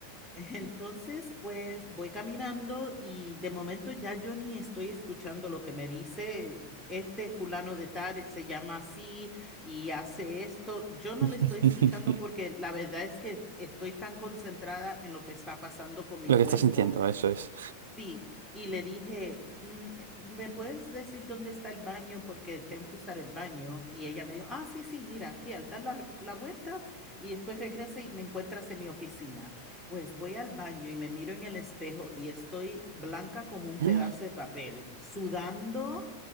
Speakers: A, in the centre; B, on the right (about 60°).
A: Entonces, pues voy caminando y de momento ya yo ni estoy escuchando lo que me dice este fulano de tal, se llama así y hace esto. Yo no
B: <laughs>
A: le estoy escuchando porque la verdad es que estoy tan concentrada en lo que está pasando con mi
B: Lo
A: cuerpo
B: que estás sintiendo, eso es.
A: Sí, y le dije, "Mm, eh, ¿me puedes decir dónde está el baño? Porque tengo que usar el baño. Y ella me dijo, ah, sí, sí, mira, aquí al dar la, la vuelta y después regresa y me encuentras en mi oficina. Pues voy al baño y me miro en el espejo y estoy blanca como un
B: <gasps>
A: pedazo de papel, sudando.